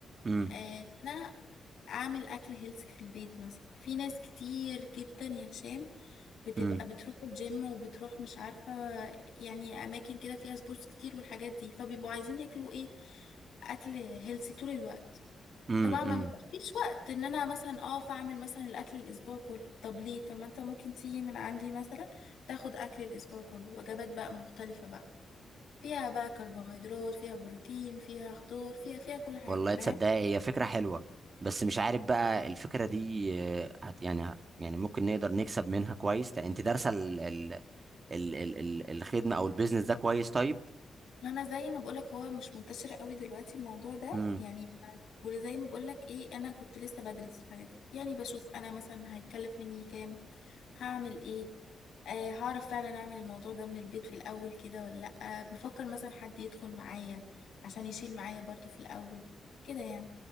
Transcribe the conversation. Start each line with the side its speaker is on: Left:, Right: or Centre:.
Right: امم
Left: آه، انا اعمل اكل هيلثي في البيت مثلا في ناس كتير جدا يا هشام بتبقى
Right: امم
Left: بتروح الجيم وبتروح مش عارفة يعني اماكن كده فيها سبورتس كتير والحاجات دي فبيبقوا عايزين ياكلوا ايه اكل هيلثي طول الوقت
Right: امم
Left: طبعا ما
Right: امم
Left: بيبقاش وقت ان انا مثلا اقف اعمل مثلا الاكل الاسبوع كله طب ليه طب ما انت ممكن تيجي من عندي مثلا تاخد اكل الاسبوع كله وجبات بقى مختلفة بقى فيها بقى كربوهيدرات فيها بروتين فيها خضار فيها فيها كل حاجة
Right: والله
Left: فاهم
Right: تصدق هي فكرة حلوة بس مش عارف بقى الفكرة دي آه، هت يعني هت يعني ممكن نقدر نكسب منها كويس لأ، انت دارسة ال ال ال ال ال الخدمة او البيزنس ده كويس طيب
Left: ما انا زي ما بقولك هو مش منتشر قوي دلوقتي الموضوع ده
Right: امم
Left: يعني وزي ما بقولك ايه انا كنت لسه بدرس الحاجات دي يعني بشوف انا مثلا هيكلف مني كام هعمل ايه آه هعرف فعلا اعمل الموضوع ده من البيت في الاول كده ولا لا بفكر مثلا حد يدخل معايا عشان يشيل معايا برضو في الاول كده يعني